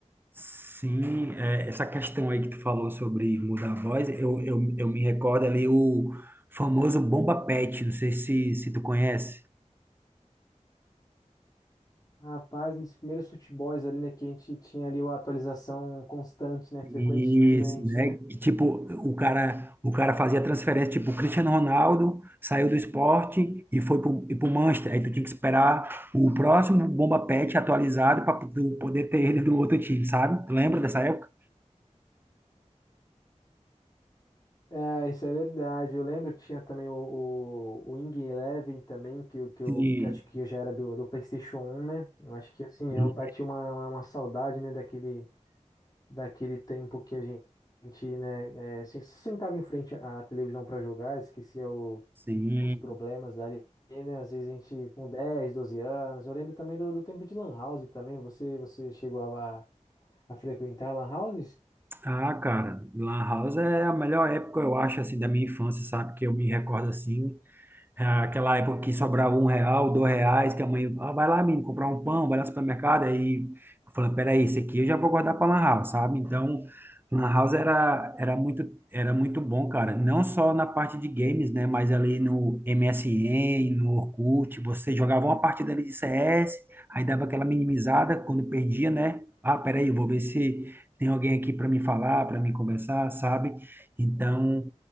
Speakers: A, on the right (about 15°); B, on the left (about 30°).
A: Sim, é, essa questão aí que tu falou sobre mudar a voz, eu, eu, eu me recordo ali o famoso Bomba Pet, não sei se, se tu conhece.
B: Rapaz, nos primeiros futebols ali, né, que a gente tinha ali uma atualização constante, né,
A: Isso,
B: frequentemente,
A: né?
B: né?
A: Que, tipo, o cara, o cara fazia transferência, tipo, o Cristiano Ronaldo saiu do esporte e foi pro, e pro Manchester. Aí tu tinha que esperar o próximo bomba pet atualizado para tu poder ter ele do outro time, sabe? Tu lembra dessa época?
B: É, isso é verdade. Eu lembro que tinha também o, o, o Wing Eleven também, que, eu- que eu
A: Sim,
B: que eu acho que eu já era do, do PlayStation 1, né? Eu acho que, assim,
A: sim.
B: eu bati uma, uma, uma saudade, né, daquele, daquele tempo que a gente, né, é, se- sentava em frente à televisão para jogar, esquecia o
A: sim.
B: os problemas ali, né? Às vezes a gente com 10, 12 anos. Eu lembro também do, do tempo de Lan House também. Você, você chegou a, a frequentar Lan Houses?
A: Ah, cara, Lan House é a melhor época, eu acho, assim, da minha infância, sabe? Que eu me recordo assim. É Aquela época que sobrava um real, dois reais, que a mãe, ah, vai lá, menino, comprar um pão, vai lá no supermercado. Aí eu falei, peraí, esse aqui eu já vou guardar para Lan House, sabe? Então, Lan House era, era muito, era muito bom, cara. Não só na parte de games, né? Mas ali no MSN, no Orkut, você jogava uma partida ali de CS, aí dava aquela minimizada quando perdia, né? Ah, peraí, eu vou ver se tem alguém aqui para me falar, para me conversar, sabe? Então.